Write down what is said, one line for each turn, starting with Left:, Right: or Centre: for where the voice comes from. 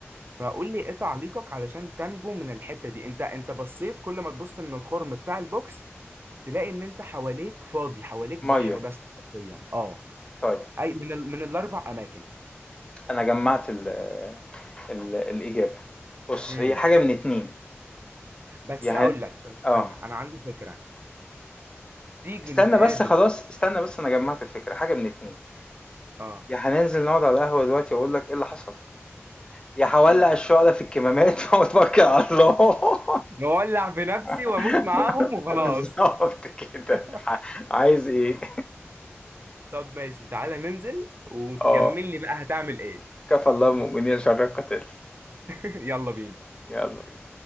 Right: فقول لي ايه تعليقك علشان تنجو من الحته دي انت انت بصيت كل ما تبص من الخرم بتاع البوكس تلاقي ان انت حواليك فاضي حواليك بحر
Left: مية
Right: بس حرفيا اه
Left: طيب
Right: اي من ال... من الاربع اماكن
Left: انا جمعت ال ال الاجابة بص
Right: امم.
Left: هي حاجة من اتنين
Right: بس
Left: يا هن...
Right: اقول لك طب استنى
Left: اه
Right: انا عندي فكره تيجي
Left: استنى
Right: نتقابل
Left: بس خلاص استنى بس انا جمعت الفكرة حاجة من اتنين
Right: اه
Left: يا هننزل نقعد على القهوة دلوقتي واقول لك ايه اللي حصل يا هولع
Right: <laughs>
Left: الشعلة في الكمامات <laughs> واتوكل على الله <laughs>
Right: نولع في نفسي
Left: <laughs>
Right: واموت معاهم وخلاص
Left: بالظبط كده
Right: <laughs>
Left: ع- عايز ايه
Right: طب ماشي تعالى ننزل وتكمل
Left: اه
Right: لي بقى هتعمل ايه
Left: كفى الله المؤمنين شر القتال
Right: <laughs> يلا بينا
Left: يلا بينا